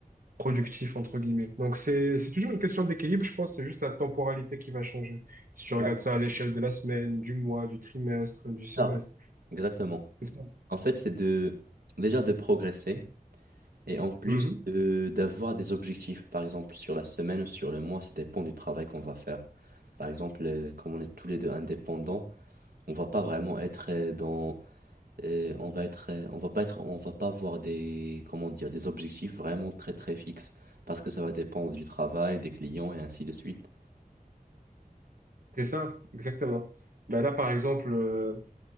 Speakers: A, on the right; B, on the right.
A: productif, entre guillemets. Donc, c'est, c'est toujours une question d'équilibre, je pense, que c'est juste la temporalité qui va changer. Si tu regardes
B: ouais,
A: ça à l'échelle de la semaine, du mois, du trimestre, du semestre.
B: c'est ça. Exactement.
A: C'est ça.
B: En fait, c'est de déjà de progresser Et en plus
A: Mhm.
B: de- d'avoir des objectifs, par exemple sur la semaine ou sur le mois, ça dépend du travail qu'on va faire. Par exemple, euh, comme on est tous les deux indépendants, on va pas vraiment être euh, dans, euh, on va être, euh, on va pas être, on va pas avoir des, comment dire, des objectifs vraiment très très fixes parce que ça va dépendre du travail, des clients et ainsi de suite.
A: C'est ça, exactement. Ben là, par exemple, euh,